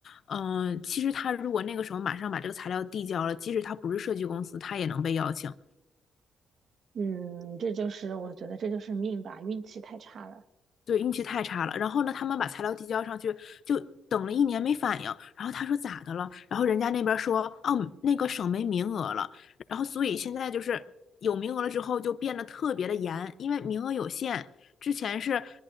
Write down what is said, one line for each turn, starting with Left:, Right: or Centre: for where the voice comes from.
Left: 嗯、呃其实他如果那个时候马上把这个材料递交了，即使他不是设计公司，他也能被邀请。
Right: 嗯，这就是我觉得这就是命吧，运气太差了。
Left: 对，运气太差了。然后呢，他们把材料递交上去，就等了一年没反应。然后他说咋的了？然后人家那边说，哦，那个省没名额了。然后所以现在就是有名额了之后就变得特别的严，因为名额有限。之前是